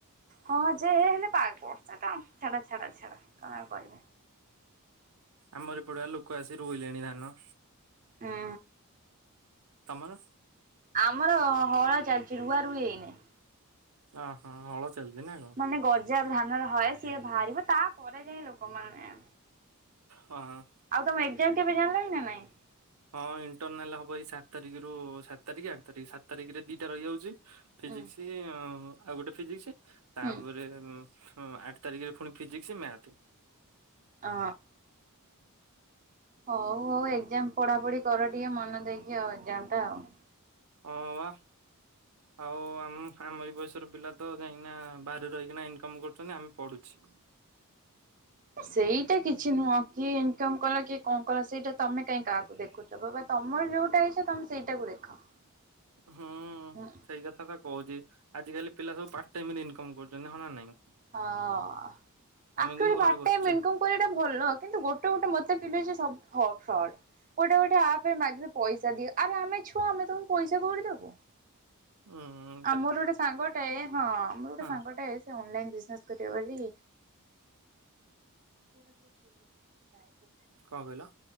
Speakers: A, on the right (about 40°); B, on the right (about 85°).
A: ହଁ ଯେ ହେଲେ ପାଗ୍ ବର୍ଷାଟା ଛାଡା ଛାଡ ଛାଡ କଣ ଆଉ କହିବି?
B: ଆମର ଏପଡେ ବା ଲୋକ ଆସି ରୁଇଲେଣି ଧାନ।
A: ହୁଁ
B: ତମର?
A: ଆମର ହଳା ଚାଲ୍‌ଚି ରୁଆ ରୁଇ ହେଇନେଇ।
B: ଅହ ହଳ ଚାଲ୍ ଚି ନା କଁ?
A: ମାନେ ଗଜା ଧାନର ହଏ ସିଏ ଦ୍ ଭାରିବ ତାପରେ ଯାଇ ଲୋକମାନେ
B: ହଁ ହଁ।
A: ଆଉ ତମ ଏଗ୍ ଜାମ କେବେ ଜାଣ୍ ଲଇଁ ନା ନାଇଁ?
B: ହଁ ଇଣ୍ଟରନାଲ ହବ ଏଇ ସାତ ତାରିଖରୁ ସାତ ତାରିଖ ଆଠ ତାରିଖ ସାତ ତାରିଖରେ ଦିଟା ରହିଯାଉଚି। ଫିଜିକ୍ସି
A: ଉଁ
B: ଅଁ ଆଉ ଗୋଟେ ଫିଜିକ୍ସି ତାପରେ
A: ହୁଁ
B: ଉଁ ହୁଁ ଆଠ ତାରିଖେରେ ଫୁଣି ଫିଜିକ୍ସି ମ୍ୟାଥେ।
A: ଅଁ। ହଉ ହଉ ଏଗଜାମ ପଢାପଢି କର ଟିକେ ମନ ଦେଇକି ଆଉ ଏଗଜାମ ଟା ଆଉ।
B: ଅଁ ବା। ଆଉ ଆମ୍ ଆମରି ବୟସର ପିଲା ତ ଯାଇଁକିନା ବାହାରେ ରହିକିନା ଇନକମ୍ କରୁଛନ୍ତି ଆମେ ପଢୁଛି।
A: ଓ ସେଇଟା କିଛି ନୁହଁ କିଏ ଇନକମ୍ କଲା କିଏ କଁ କଲା ସେଇଟା ତମେ କାହିଁ କାହାକୁ ଦେଖୁ ରେ ବାବା ତମର ଯୋଉଟା ଇଚ୍ଛା ତମେ ସେଇଟାକୁ ଦେଖ।
B: ହୁଁ
A: ହଁ
B: ସେଇ କଥା ତ କହୁଚି। ଆଜିିକାଲି ପିଲା ସବୁ ପାର୍ଟ ଟାଇମରେ ଇନକମ କରୁଚନ୍ତି ହଁ ନା ନାଇଁ।
A: ହଁ
B: ଆମେ
A: ଆକିଡି
B: କିନ୍ତୁ ଘରେ
A: ବାଟ
B: ବସୁଛେ।
A: ଟାଇମ୍ ଇନକମ କରିବାଟା ଭଲ କିନ୍ତୁ ଗୋଟେ ଗୋଟେ ମତେ ଫିଲ ହଉଚି ସବୁ ଫଡ ଫଡ ଗୋଟେ ଗୋଟେ ଆପ୍ ରେ ମାଗିବେ ପଇସା ଦିଅ। ଆରେ ଆମେ ଛୁଆ ଆମେ ତମକୁ ପଇସା କଉଠୁ ଦବୁ।
B: ଉଁ ହୁଁ।
A: ଆମର ଗୋଟେ ସାଙ୍ଗଟାଏ ହଁ ଆମର ଗୋଟେ
B: ହଁ
A: ସାଙ୍ଗଟେ ସେ ଅଲ ଲାଇନ ବିଜିନେସ କରିବ ବୋଲି <unintelligible>
B: କଣ କହିଲ?